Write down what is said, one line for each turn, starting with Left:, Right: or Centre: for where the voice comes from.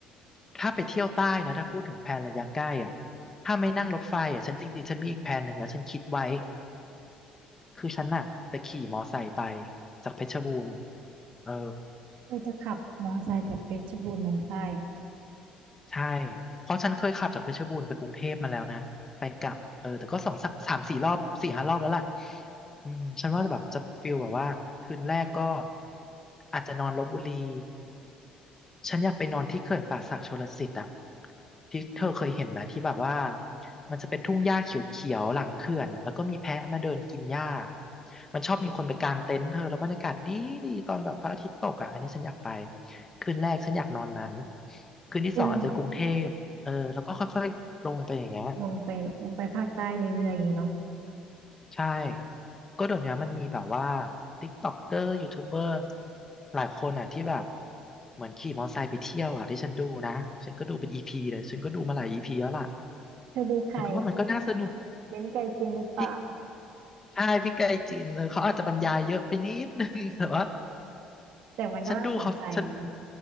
Left: ถ้าไปเที่ยวใต้นะถ้าพูดถึงแพนระยะใกล้อ่ะถ้าไม่นั่งรถไฟอ่ะฉันจริงๆฉันมีอีกแผนหนึ่งแล้วฉันคิดไว้
Right: อืม
Left: คือฉันอ่ะจะขี่มอไซค์ไปจากเพชรบูรณ์เออ
Right: เธอจะขับมอเตอร์ไซค์จากเพชรบูรณ์ลงใต้
Left: ใช่เพราะฉันเคยขับจากเพชรบูรณ์ไปกรุงเทพมาแล้วนะไปกลับเออแต่ก็สองสามสามสี่รอบสี่ห้ารอบแล้วล่ะอืมฉันว่าจะแบบจะฟิลแบบว่าคืนแรกก็อาจจะนอนลพบุรี ฉันอยากไปนอนที่เขื่อนป่าสักชลสิทธิ์อะที่เธอเคยเห็นไหมที่แบบว่ามันจะเป็นทุ่งหญ้าเขียวๆหลังเขื่อนอะแล้วก็มีแพะมาเดินกินหญ้ามันชอบมีคนไปกางเต็นท์เธอแล้วบรรยากาศดีดีตอนแบบพระอาทิตย์ตกอะอันนี้ฉันอยากไปคืนแรกฉันอยากนอนนั้นคืนที่สองอาจจะกรุงเทพเออแล้วก็ค่อยๆลงไปอย่างเงี้ย
Right: เออลงไปลงไปภาคใต้เรื่อยๆอย่างงี้เนาะ
Left: ใช่ ก็เดี๋ยวนี้มันมีแบบว่าติ๊กต็อกเกอร์ยูทูบเบอร์หลายคนอ่ะที่แบบเหมือนขี่มอเตอร์ไซค์ไปเที่ยวอ่ะที่ฉันดูนะฉันก็ดูเป็นอีพีเลยฉันก็ดูมาหลายอีพีแล้วล่ะ
Right: เธอดูใคร
Left: ฉันก็ว่ามันก็น่าสนุก
Right: เบ้นไกจินหรือเปล่า
Left: พลิกใช่พี่ไกจีนเลยเขาอาจจะบรรยายเยอะไปนิดนึง <laughs> แต่ว่า
Right: แต่มันก็น่าสนใจไง
Left: ฉันดูเขาฉัน